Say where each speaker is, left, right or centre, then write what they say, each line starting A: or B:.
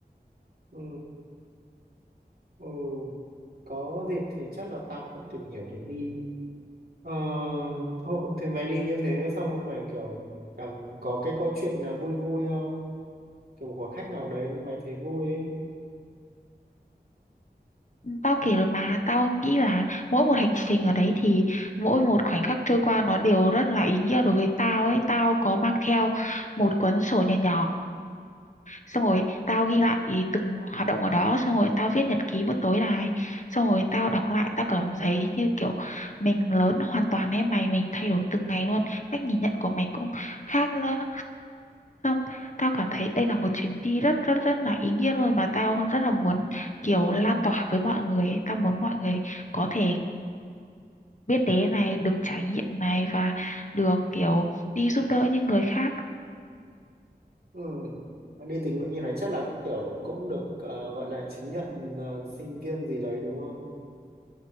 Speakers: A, on the right; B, on the left.
A: ừ. ừ. có dịp thì chắc là tao cũng tìm hiểu để đi ờ, thôi thì mày đi như thế xong rồi mày kiểu cảm có cái câu chuyện là vui vui không kiểu một khoảng khách nào đấy mày thấy vui ấy
B: Tao kể rồi mà, tao nghĩ là mỗi một hành trình ở đấy thì mỗi một khoảnh khắc trôi qua nó đều rất là ý nghĩa đối với tao ấy. Tao có mang theo một cuốn sổ nhỏ nhỏ xong rồi tao ghi lại ý từng hoạt động ở đó xong rồi tao viết nhật ký một tối này xong rồi tao đọc lại tao cảm thấy như kiểu mình lớn hoàn toàn em mày mình thay đổi từng ngày luôn cách nhìn nhận của mày cũng khác nữa xong tao cảm thấy đây là một chuyến đi rất rất rất là ý nghĩa luôn mà tao rất là muốn kiểu lan tỏa với mọi người ấy. tao muốn mọi người có thể biết đến này được trải nghiệm này và được kiểu đi giúp đỡ những người khác
A: ừ. Mà đi tình nguyện như này chắc là kiểu cũng được ờ, gọi là chứng nhận ờ, sinh viên gì đấy đúng không